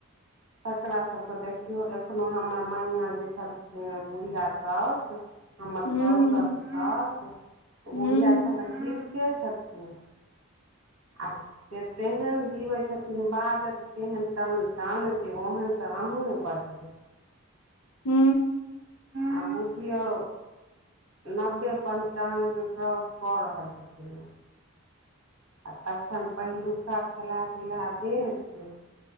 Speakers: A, on the right; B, on the left.
A: तकरा सभके देखियौ एखनो हमर मैयाँ जे छलखिन बुढ़िया साउस। हमर
B: हूं
A: साउसक साउस
B: हूं
A: बुढ़िया एखन तक जीबिते छथिन। अआ से तेहन जिबै छथिन बाजत तेहन टन टन जे ओहन तऽ अहूँ नै बजबै।
B: हू।
A: आ बुझियौ नब्बे पंचानवे क्रॉस कऽ रहल छथिनवो आ तखन पहिलुका खेला पीलहा देह छै।